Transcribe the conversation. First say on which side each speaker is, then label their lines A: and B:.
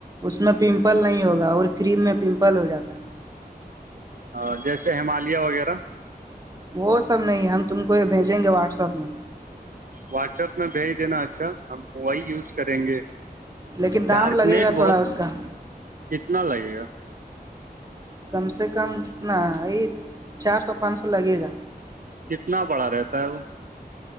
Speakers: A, on the right; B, on the right.
A: اس میں پمپل نہیں ہوگا اور کریم میں پمپل ہو جاتا ہے
B: ہاں جیسے ہمالیہ وغیرہ
A: وہ سب نہیں ہم تم کو یہ بھیجیں گے واٹسپ میں
B: واٹسیپ میں بھیج دینا اچھا ہم وہی یوز کریں گے
A: لیکن دام
B: ڈارکنیٹ
A: لگے گا تھوڑا
B: بہت
A: اس کا
B: کتنا لگے گا
A: کم سے کم اتنا یہ چار سو پانچ سو لگے گا
B: کتنا بڑا رہتا ہے وہ